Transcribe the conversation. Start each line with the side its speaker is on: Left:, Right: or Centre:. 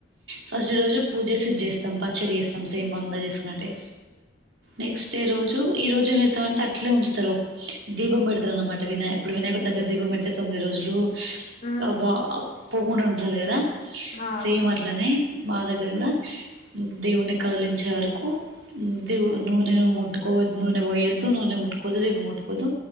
Right: ఫస్ట్
Left: ఉమ్
Right: రోజు పూజేసి చేస్ తంపా చెడి చేస్తాం సేమ్ అందా చేసుకున్నట్టే నెక్స్ట్ రోజు ఈ రోజు మీతో ఉంటే అంటే అట్లే ఉంచుతరు దీపం పెడతరు అనమాట వినాయ్ ఇప్పుడు వినాయకుడు దగ్గర దీపం పెడితే తొమ్మిది రోజులు
Left: ఉమ్
Right: కబా అబ్ పోకుండా ఉంచాలి కదా
Left: ఆ
Right: సేమ్ అట్లనే మా దగ్గర కూడా దేవుణి కదిలించే వరకు దవు నూనె ముట్టుకోద్దు నూనె పోయొద్దు నూనె ముట్టుకోవద్దు దేవు ముట్టుకోవద్దు.